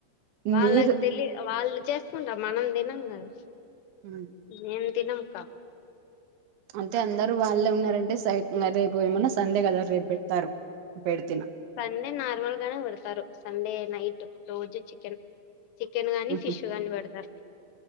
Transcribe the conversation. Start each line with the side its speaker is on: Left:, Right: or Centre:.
Left: వాళ్ళకు
Right: మీరు
Left: తెలిదు వాళ్ళు చేసుకుంటారు మనం తినం కదా
Right: ఉమ్
Left: మేము తినం అక్క
Right: అంటే అందరు వాళ్ళే ఉన్నారంటే సై రేపు ఏమన్నా సండే కదా రేపు పెడతారు పెడితిన
Left: సండే నార్మల్ గానే పెడతారు సండే నైట్ రోజు చికెన్ చికెన్ గానీ
Right: ఉహు
Left: ఫిష్ గాని పెడతారు